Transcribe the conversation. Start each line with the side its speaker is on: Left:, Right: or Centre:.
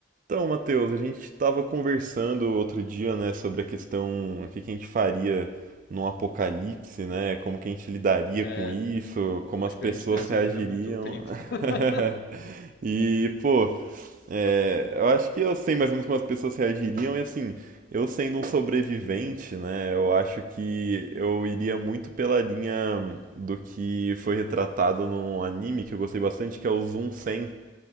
Right: Então, Matheus, a gente estava conversando outro dia, né, sobre a questão, o que que a gente faria num apocalipse, né? Como que a gente lidaria
Left: É,
Right: com isso,
Left: eu
Right: como
Left: acho
Right: as pessoas
Left: que a gente não ia sobreviver
Right: reagiriam.
Left: muito tempo.
Right: <laughs>
Left: <laughs>
Right: E, pô, é, eu acho que eu sei mais ou menos como as pessoas reagiriam, e assim, eu sendo um sobrevivente, né, eu acho que eu iria muito pela linha do que foi retratado num anime que eu gostei bastante, que é o Zoom 100.